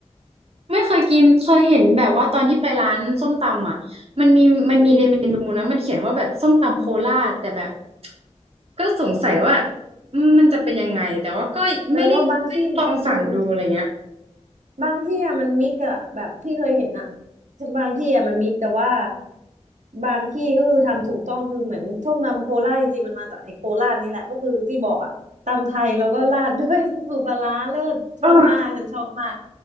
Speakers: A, on the right (about 55°); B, on the right (about 80°).
A: ไม่เคยกินเคยเห็นแบบว่าตอนที่ไปร้านส้มตำอ่ะมันมีมันมีในเมนูนะมันเขียนว่าแบบส้มตำโคราชแต่แบบ
B: อืม
A: ก็สงสัยว่าอืมมันจะเป็นยังไงแต่ว่าก็ไม่ได้ไม่ได้ลองสั่งดูอะไรเงี้ย
B: แต่ว่าบางที่อืมอืมบางที่อะมันมิกอะแบบพี่เคยเห็นอะบางที่อะมันมิกแต่ว่าบางที่ก็คือทำถูกต้องคือเหมือนส้มตำโคราชจริงๆมันมาจากไอ้โคราชนี่แหละก็คือที่บอกอะตำไทยแล้วก็ราดด้วย <laughs> สูตรปลาร้าเลิศชอบมากฉันชอบมาก
A: เออ